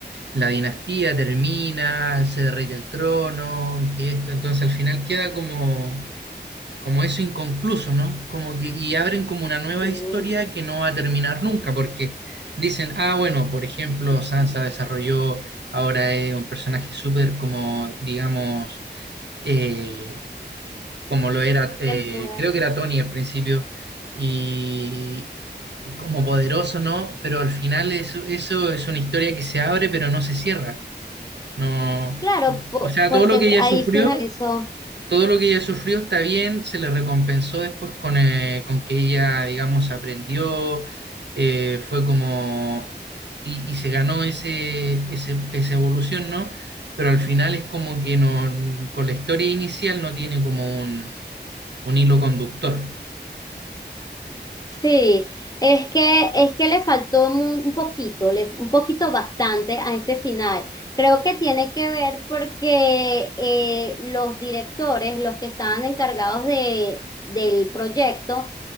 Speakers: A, on the right (about 70°); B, on the left (about 20°).
A: La dinastía termina, se derrite el trono, que esto, entonces al final queda como, como eso inconcluso, ¿no? Como que, y abren como una nueva
B: sí.
A: historia que no va a terminar nunca, porque dicen, ah, bueno, por ejemplo, Sansa desarrolló, ahora es un personaje súper como, digamos, eh, como lo era, eh,
B: Empodera.
A: creo que era Tony al principio, y, como poderoso, ¿no? Pero al final eso, eso es una historia que se abre, pero no se cierra. No,
B: Claro, po-
A: o sea,
B: porque
A: todo lo que
B: es-
A: ella
B: ahí
A: sufrió,
B: finalizó.
A: todo lo que ella sufrió está bien, se le recompensó después con, eh, con que ella, digamos, aprendió, eh, fue como, y, y se ganó ese, ese, esa evolución, ¿no? Pero al final es como que no, con la historia inicial no tiene como un, un hilo conductor,
B: Sí, es que es que le faltó mu- un poquito, le, un poquito bastante a este final. Creo que tiene que ver porque eh, los directores, los que estaban encargados de, del proyecto,